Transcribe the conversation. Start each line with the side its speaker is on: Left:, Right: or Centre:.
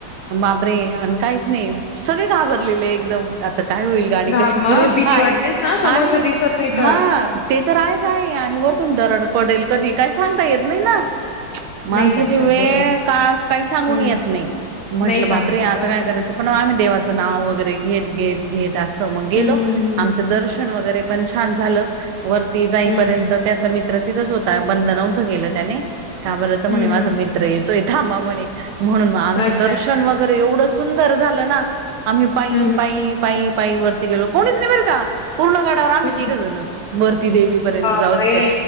Right: बापरे आणि काहीच नाही, सगळे घाबरलेले एकदम आता काय होईल. गाडी
Left: घाब
Right: कशी
Left: मग
Right: पुढे जाईल
Left: भीती वाटतेच ना समोरच
Right: आणि
Left: दिसत नाही तर
Right: हा ते तर आहेच. आहे आणि वरतून दरड पडेल, कधी काही सांगता येत नाही ना. माणसाची
Left: नाही सांगतायत
Right: वेळ
Left: बरोबर आहे
Right: काळ काही सांगून
Left: हम्म
Right: येत नाही, म्हंटलं
Left: नाही सांगून
Right: बापरे
Left: येत
Right: आता
Left: बरोबर
Right: काय करायचं.
Left: आहे
Right: पणआम्ही देवाचं नाव वगैरे घेत, घेत, घेत असं मग गेलो.
Left: हम्म हम्म
Right: आमचं दर्शन वगैरे पण छान झालं, वरती जाईपर्यंत
Left: हम्म
Right: त्याच मित्र तिथंच होता. बंद नव्हतं गेलं त्याने. का बरंत म्हणे
Left: हम्म
Right: माझा
Left: हम्म हम्म
Right: मित्र येतोय, थांबा म्हणे म्हणून आमचं
Left: अच्छा
Right: दर्शन वगैरे एवढं सुंदर झालं ना, आम्ही पायी,
Left: हम्म हम्म
Right: पायी पाई, पाई वरती गेलो. कोणीच नाही बरका पूर्ण गडावर आम्ही
Left: हम्म.
Right: तिघ जण. वरती देवी पर्यंत
Left: बापरे
Right: जाऊस्तर.